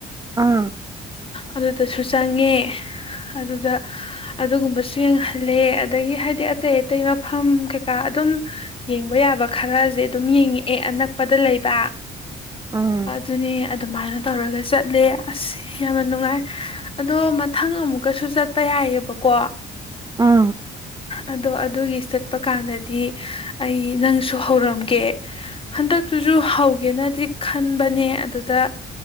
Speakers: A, on the right; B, on the left.
A: ꯑꯥ
B: ꯑꯗꯨꯗꯁꯨ ꯆꯪꯉꯦ ꯑꯗꯨꯗ ꯑꯗꯨꯒꯨꯝꯕꯁꯨ ꯌꯦꯡꯍꯜꯂꯦ ꯑꯗꯒꯤ ꯍꯥꯏꯗꯤ ꯑꯇꯩ ꯑꯇꯩ ꯃꯐꯝ ꯀꯩꯀꯥ ꯑꯗꯨꯝ ꯌꯦꯡꯕ ꯌꯥꯕ ꯈꯔꯁꯦ ꯑꯗꯨꯝ ꯌꯦꯡꯉꯛꯑꯦ ꯑꯅꯛꯄꯗ ꯂꯩꯕ
A: ꯑꯥ ꯑꯥ
B: ꯑꯗꯨ ꯑꯗꯨꯅꯦ ꯑꯗꯨꯃꯥꯏꯅ ꯇꯧꯔꯒ ꯆꯠꯂꯦ ꯑꯁ ꯌꯥꯝꯅ ꯅꯨꯡꯉꯥꯏ ꯑꯗꯣ ꯃꯊꯪ ꯑꯃꯨꯛꯀꯁꯨ ꯆꯠꯄ ꯌꯥꯏꯑꯕꯀꯣ
A: ꯑꯥ
B: ꯑꯗꯣ ꯑꯗꯨꯒꯤ ꯆ ꯆꯠꯄ ꯀꯥꯟꯗꯗꯤ ꯑꯩ ꯅꯪꯁꯨ ꯍꯧꯔꯝꯒꯦ ꯍꯟꯗꯛꯇꯨꯁꯨ ꯍꯧꯒꯦꯅꯗꯤ ꯈꯟꯕꯅꯦ ꯑꯗꯨꯗ